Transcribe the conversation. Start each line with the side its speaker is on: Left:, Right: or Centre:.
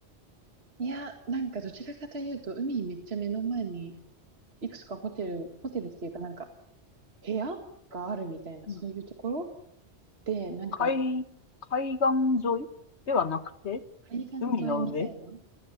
Right: いや、なんかどちらかというと、海めっちゃ目の前に、いくつかホテル、ホテルっていうかなんか、部屋があるみたいな、
Left: うん
Right: そういうところで、なんか、
Left: 海、海岸沿いではなくて、
Right: 海岸沿いみたいな
Left: 海の上う